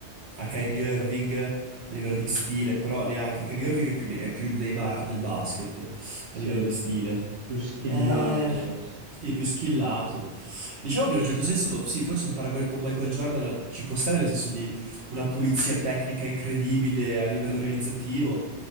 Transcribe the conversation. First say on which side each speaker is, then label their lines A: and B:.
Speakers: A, on the right; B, on the right.
A: a Kyrie Irving a livello di stile, però neanche Kyrie Irving è più, è più il Neymar del basket
B: sì,
A: a livello di stile.
B: più schillato
A: Eh,
B: forse.
A: sì, più skillato. Diciamo che in un certo senso, sì, forse un paragone con Michael Jordan ci può stare nel senso di una pulizia tecnica incredibile a livello realizzativo,